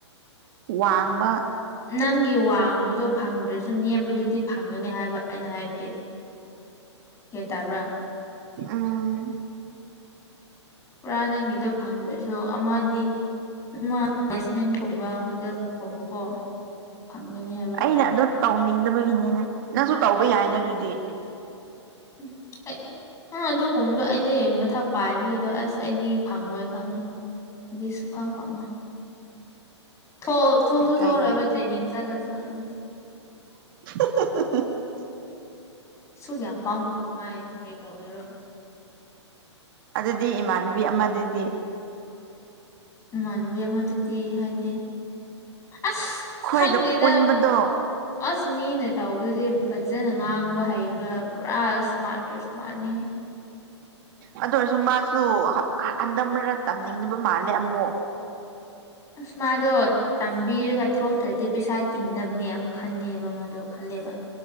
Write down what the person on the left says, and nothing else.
ꯅꯪꯒꯤ ꯋꯥꯡꯕꯗꯣ ꯐꯪꯗ꯭ꯔꯁꯨ ꯅꯦꯝꯕꯗꯨꯗꯤ ꯐꯪꯒꯅꯤ ꯍꯥꯏꯕ ꯑꯩꯅ ꯍꯥꯏꯕꯗꯤ ꯒ꯭ꯌꯥꯟ ꯇꯥꯕ꯭ꯔꯥ
ꯄꯨꯔꯥ ꯅꯪꯒꯤꯗꯣ ꯐꯪꯗ꯭ꯔꯁꯨ ꯑꯃꯗꯤ ꯑꯃꯥ ꯃꯦꯅꯦꯁꯃꯦꯟ ꯀꯨꯝꯕ ꯍꯣꯇꯦꯜꯒꯨꯝꯕꯀꯣ ꯐꯪꯒꯅꯤ ꯍꯥꯏꯕ
ꯎꯝ ꯑꯩ ꯑꯪ ꯑꯗꯨꯒꯨꯝꯕꯗꯣ ꯑꯩꯗꯤ ꯃꯊꯛ ꯄꯥꯏꯕꯒꯤꯗꯣ ꯑꯁ ꯑꯩꯗꯤ ꯐꯪꯉꯣꯏ ꯈꯪꯉꯤ ꯑꯩꯗꯤ ꯁꯨꯡꯐꯪ ꯐꯪꯉꯣꯏ ꯊꯣꯛ ꯊꯣꯛꯁꯨ
ꯊꯣꯛꯔꯣꯏꯕ ꯇ꯭ꯔꯦꯅꯤꯡ ꯆꯠꯂꯁꯨ ꯑꯗꯨꯗꯤ
ꯁꯨ ꯀꯌꯥꯝ ꯄꯥꯝꯗꯧ ꯃꯥꯥꯏ ꯀꯩ ꯀꯧꯒꯦꯔꯣ
ꯏꯃꯥꯟꯅꯕꯤ ꯑꯃꯗꯨꯗꯤ ꯍꯥꯏꯗꯤ ꯑꯁ
ꯈꯪꯗꯦꯗꯥ
ꯑꯁ ꯃꯤꯅ ꯇꯧꯕꯗꯨꯗꯤ ꯐꯖꯅ ꯉꯥꯡꯕ ꯍꯩꯕ ꯄꯨꯔꯥ ꯏ꯭ꯁꯃꯥꯔ꯭ꯠꯇ ꯏ꯭ꯁꯃꯥꯔ꯭ꯠꯅꯤꯍꯦ
ꯑꯁ ꯃꯥꯗꯣ ꯇꯝꯕꯤꯔꯒ ꯊꯣꯛꯇ꯭ꯔꯗꯤ ꯄꯩꯁꯥ ꯇꯤꯡꯅꯕꯅꯦ ꯑꯃꯨꯛ ꯈꯟꯅꯤꯕ ꯃꯗꯣ ꯈꯜꯂꯦꯕ